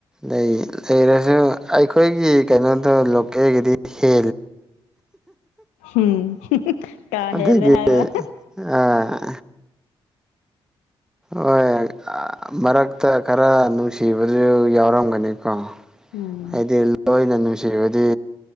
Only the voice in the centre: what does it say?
ꯂꯩ ꯂꯩꯔꯁꯨ ꯑꯩꯈꯣꯏꯒꯤ ꯀꯩꯅꯣꯗꯣ ꯂꯣꯀꯦꯜꯒꯤꯗꯤ ꯍꯦ
ꯑꯗꯒꯤ
ꯑꯥ ꯍꯣꯏ ꯃꯔꯛꯇ ꯈꯔ ꯅꯨꯡꯁꯤꯕꯗꯨ ꯌꯥꯎꯔꯝꯒꯅꯤ ꯀ
ꯍꯥꯏꯗꯤꯂꯣ ꯁꯤꯕꯨꯗꯤ